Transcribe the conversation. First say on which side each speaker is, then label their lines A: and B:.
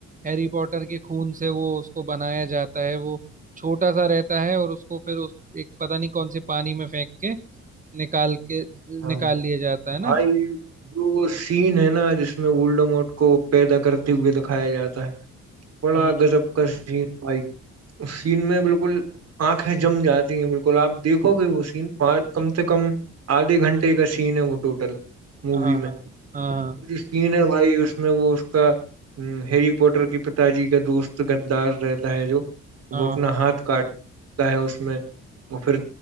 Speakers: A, on the right; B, on the right.
A: हैरी पॉटर के खून से वो उसको बनाया जाता है वो छोटा सा रहता है और उसको फिर उस एक पता नहीं कौन से पानी में फेंक के निकाल के
B: हाँ
A: निकाल लिया जाता है ना
B: भाई जो वो सीन है ना जिसमें वोल्डेमॉर्ट को पैदा करते हुए दिखाया जाता है बड़ा
A: हम्म
B: गजब का सीन भाई उस सीन में बिल्कुल आंखें जम जाती हैं बिल्कुल आप देखोगे वो सीन पाँच कम से कम आधे घंटे का सीन है वो टोटल मूवी
A: हाँ हाँ
B: में
A: हाँ
B: कुछ सीन है भाई उसमें वो उसका हैरी पॉटर की पिताजी का दोस्त गद्दार रहता है जो वो
A: हाँ
B: अपना
A: हाँ हाँ,
B: हाथ काटता है उसमें और फिर